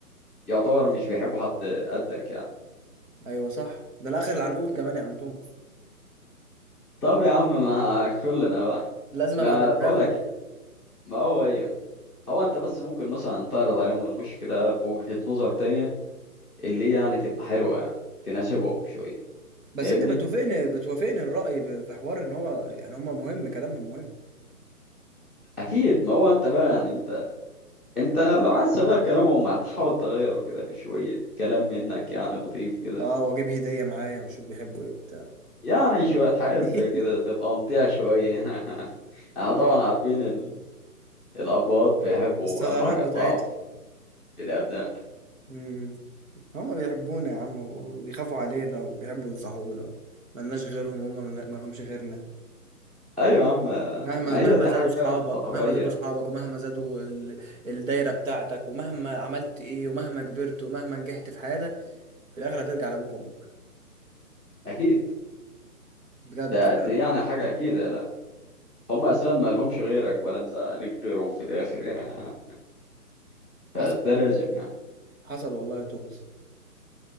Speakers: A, in the centre; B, on the right.
A: يعتبر مش بيحبوا حد قدك يعني
B: ايوه صح ده انا اخر العنقود كمان يا عم توماس
A: طب يا عم ما <laughs> كلنا بقى
B: لازم
A: ما
B: ابقى متدلع
A: بقول لك ما هو ايه هو انت بس ممكن مثلا تعرض عليهم المشكله بوجهه نظر تانية اللي هي يعني تبقى حلوه يعني تناسبهم شويه
B: بس
A: فاهمني
B: انت بتوافقني بتوافقني الرأي ب- في حوار ان هو يعني هما مهم كلامهم مهم
A: اكيد ما هو انت بقى يعني انت انت لو عايز تغير كلامهم هتحاول تغيره كده بشويه كلام منك يعني لطيف كده
B: اه واجيب هدية معايا وشوف بيحبوا ايه وبتاع
A: يعني شويه حاجات
B: <laughs>
A: زي كده تبقى ممتعه شويه <laughs> يعني
B: اه
A: طبعا عارفين ال... الابوات بيحبوا
B: الثغرات
A: اهم حاجه
B: بتاعتهم
A: الضعف في الابناء
B: امم هما بيحبونا يا عم وبيخافوا علينا وبيحبوا ينصحونا ملناش غيرهم هما ملنا- ملهمش غيرنا
A: ايوه يا عم
B: مهما
A: ما هي
B: مهما
A: دي
B: زادوا
A: حاجه
B: اصحابك
A: طبيعيه
B: ومهما زادوا اصحابك ومهما زادوا ال... الدايرة بتاعتك ومهما عملت ايه ومهما كبرت ومهما نجحت في حياتك في الاخر هترجع لابوك وامك
A: اكيد
B: بجد
A: ده
B: فعلا.
A: دي يعني حاجه اكيد لا هم اساسا ما لهمش غيرك ولا انت ليك غيرهم في الاخر يعني فده
B: حصل
A: لازم يعني
B: حصل والله يا توماس